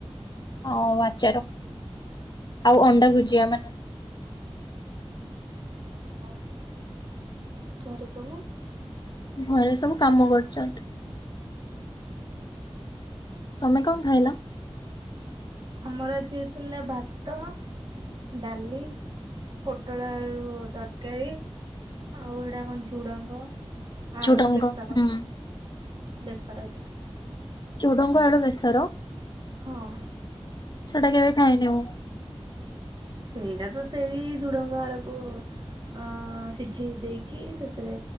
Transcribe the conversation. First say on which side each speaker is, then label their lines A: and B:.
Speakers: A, on the left; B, on the right.
A: ହଉ ଆଚାର ଆଉ ଅଣ୍ଡା ଭୁଜିିଆ ମାନେ
B: ହଁ ଘରେ ସବୁ
A: ଘରେ ସବୁ କାମ କରୁଛନ୍ତି। ତମେ କଣ ଖାଇଲ?
B: ଆମର ଆଜି ହେଇଥିଲା ଭାତ ଡାଲି ପୋଟଳ ଆଉ ତରକାରୀ ଆଉ ଏଇଡ଼ା କଣ ଝୁଡ଼ଙ୍ଗ ଆଳୁ
A: ଝୁଡଙ୍ଗ
B: ବେସର
A: ହୁଁ।
B: ବେସର ହେଇଥିଲା।
A: ଝୁଡଙ୍ଗ ଆଳୁ ବେସର
B: ହଁ
A: ସେଟା କେବେ ଖାଇନି ମୁଁ।
B: ସେଇଟା ତ ସେଇ ଝୁଡଙ୍ଗ ଆଳୁକୁ ଅ ସିଝେଇ ଦେଇକି ସେଥିରେ